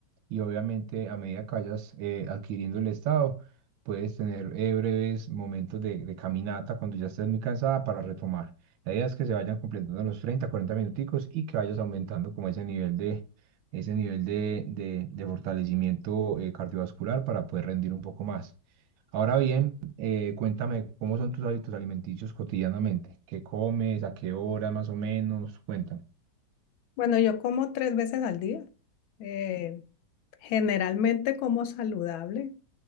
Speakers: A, on the right (about 80°); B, on the left (about 80°).
A: y obviamente a medida que vayas eh, adquiriendo el estado, puedes tener eh, breves momentos de, de caminata cuando ya estés muy cansada para retomar. La idea es que se vayan completando los 30 40 minuticos y que vayas aumentando como ese nivel de, ese nivel de, de- de fortalecimiento eh, cardiovascular para poder rendir un poco más. Ahora bien, eh, cuéntame cómo son tus hábitos alimenticios cotidianamente, qué comes, a qué hora más o menos, cuéntame.
B: Bueno, yo como tres veces al día, eh, generalmente como saludable,